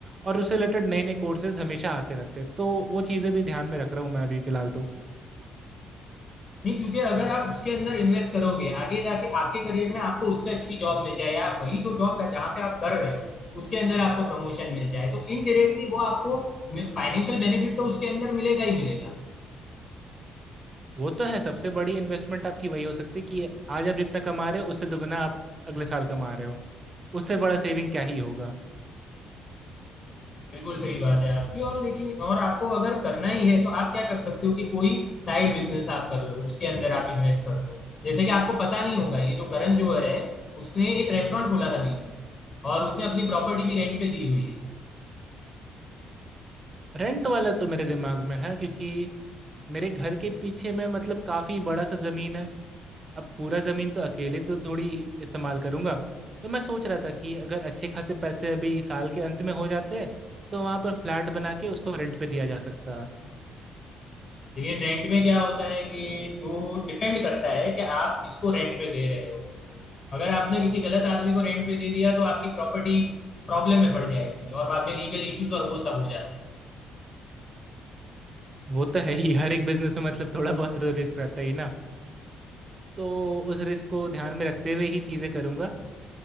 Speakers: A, on the right; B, on the left.
A: और उससे रिलेटेड नए नए कोर्सेज हमेशा आते रहते हैं तो वो चीज़ें भी ध्यान में रख रहा हूँ मैं अभी फिलहाल तो
B: नहीं क्योंकि अगर आप उसके अंदर इन्वेस्ट करोगे आगे जाके आपके करियर में आपको उससे अच्छी जॉब मिल जाए या वही जो जॉब है जहाँ पे आप कर रहे हो उसके अंदर आपको प्रमोशन मिल जाए तो इनडायरेक्टली वो आपको फाइनेंशियल बेनिफिट तो उसके अंदर मिलेगा ही मिलेगा
A: वो तो है सबसे बड़ी इन्वेस्टमेंट आपकी वही हो सकती है कि आज आप जितना कमा रहे हो उससे दुगना आप अगले साल कमा रहे हो उससे बड़ा सेविंग क्या ही होगा
B: बिल्कुल सही बात है आपकी और लेकिन और आपको अगर करना ही है तो आप क्या कर सकते हो कि कोई साइड बिजनेस आप कर लो उसके अंदर आप इन्वेस्ट कर दो जैसे कि आपको पता नहीं होगा ये जो करण जोहर है उसने एक रेस्टोरेंट खोला था बीच में और उसने अपनी प्रॉपर्टी भी रेंट पे दी हुई है
A: रेंट वाला तो मेरे दिमाग में है क्योंकि मेरे घर के पीछे में मतलब काफ़ी बड़ा सा ज़मीन है अब पूरा ज़मीन तो अकेले तो थोड़ी इस्तेमाल करूंगा तो मैं सोच रहा था कि अगर अच्छे खासे पैसे अभी साल के अंत में हो जाते हैं तो वहाँ पर फ्लैट बना के उसको रेंट पे दिया जा सकता है
B: लेकिन रेंट में क्या होता है कि जो डिपेंड करता है कि आप किसको रेंट पे दे रहे हो अगर आपने किसी गलत आदमी को रेंट पे दे दिया तो आपकी प्रॉपर्टी प्रॉब्लम में पड़ जाएगी और बाद में लीगल इश्यूज और वो सब हो जाते हैं
A: वो तो है ही हर एक बिजनेस में मतलब थोड़ा बहुत तो रिस्क रहता ही ना तो उस रिस्क को ध्यान में रखते हुए ही चीज़ें करूंगा